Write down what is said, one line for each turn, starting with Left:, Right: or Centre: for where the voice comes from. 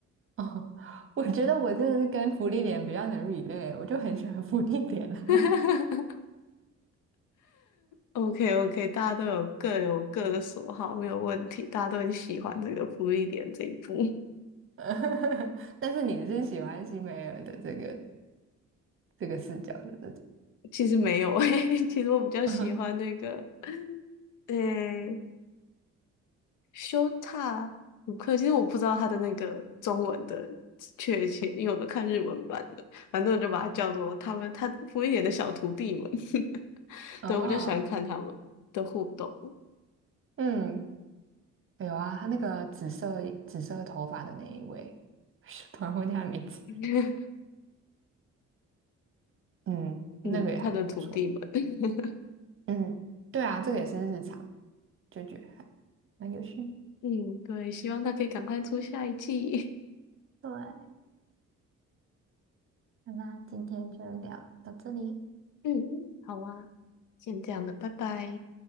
Right: 哦，我觉得我就是跟福利脸比较能 relate，我就很喜欢福利脸啦。
Left: <laughs> OK OK，大家都有各有各的所好，没有问题。大家都很喜欢这个福利点这一部。
Right: <laughs> 但是你是喜欢西梅尔的这个这个视角的，对不对？
Left: <laughs> 其实没有诶、<laughs> 其实我比较喜欢那个
Right: <laughs>
Left: 诶、修塔鲁克。其实我不知道他的那个中文的确切，因为我都看日文版的。反正我就把它叫做他们他福利点的小徒弟们。<laughs>
Right: 哦，
Left: 对，我比较喜欢看他们的互动。
Right: 嗯，有啊，他那个紫色紫色头发的那一位，<laughs> 突然忘记他的名字。
Left: <laughs>
Right: 嗯，那个也还不错。
Left: 嗯，他的徒弟们。<laughs>
Right: 嗯，对啊，这个也是日常，就觉得还蛮有趣。
Left: 嗯，对，希望他可以赶快出下一季。
Right: 对，那今天就聊到这里，
Left: 嗯，好啊，先这样了，拜拜。